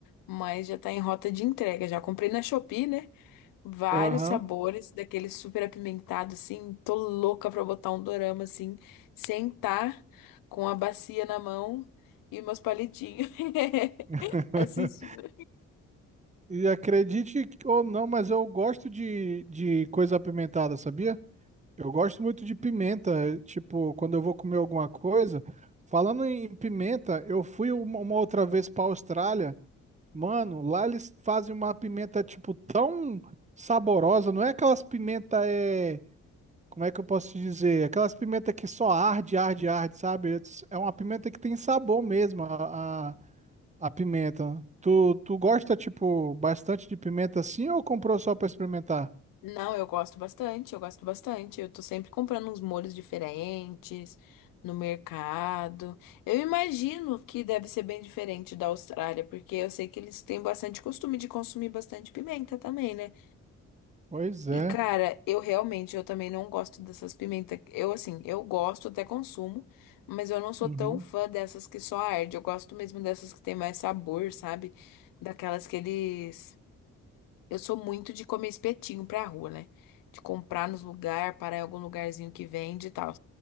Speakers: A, on the left; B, on the right.
A: Mas já tá em rota de entrega. Já comprei na Shopee, né? Vários
B: Aham.
A: sabores, daquele super apimentado, assim. Tô louca pra botar um dorama, assim, sentar com a bacia na mão e meus palitinhos. <laughs>
B: <laughs>
A: Assistindo.
B: E acredite que- ou não, mas eu gosto de, de coisa apimentada, sabia? Eu gosto muito de pimenta. é, Tipo, quando eu vou comer alguma coisa. Falando em pimenta, eu fui uma, uma outra vez pra Austrália. Mano, lá eles fazem uma pimenta, tipo, tão saborosa. Não é aquelas pimenta, é. Como é que eu posso te dizer? Aquelas pimenta que só arde, arde, arde, sabe? É uma pimenta que tem sabor mesmo. A, a- A pimenta. Tu, tu gosta, tipo, bastante de pimenta assim ou comprou só pra experimentar?
A: Não, eu gosto bastante, eu gosto bastante. Eu tô sempre comprando uns molhos diferentes no mercado. Eu imagino que deve ser bem diferente da Austrália, porque eu sei que eles têm bastante costume de consumir bastante pimenta também, né?
B: Pois é.
A: E cara, eu realmente, eu também não gosto dessas pimentas. Eu assim, eu gosto, até consumo, mas eu não sou
B: Uhum.
A: tão fã dessas que só arde. Eu gosto mesmo dessas que tem mais sabor, sabe? Daquelas que eles eu sou muito de comer espetinho pra rua, né? De comprar nos lugares, parar em algum lugarzinho que vende e tal.